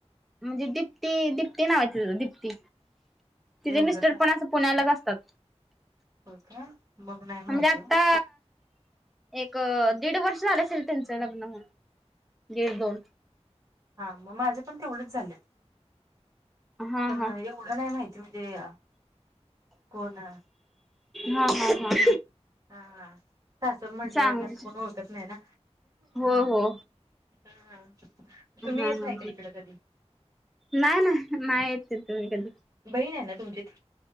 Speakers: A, in the centre; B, on the right.
A: म्हणजे दीप्ती दीप्ती नाव हाय तिचं दीप्ती, तिजे
B: एवढं
A: मिस्टर पण असं पुण्यालाच असतात.
B: हो का? मग नाही माहिती
A: म्हणजे आता
B: हो.
A: एक दीड वर्ष झालं असेल त्यांचं लग्न होऊन, दीड दोन.
B: हा मग माझं पण तेवढच झालं,
A: हा
B: पण
A: हा
B: नाही येऊ पुढं नाही माहिती म्हणजे कोण?
A: हा हा हा.
B: हा सासर म्हटल्यावर
A: चांगल
B: जास्त कोण ओळखत नाही ना.
A: हो हो
B: हा हा.
A: हा
B: तुम्ही येत
A: हा,
B: नाही का इकडं कधी
A: नाही ना नाही येत तुम्ही कधी.
B: बहीण आहे ना तुमचीत?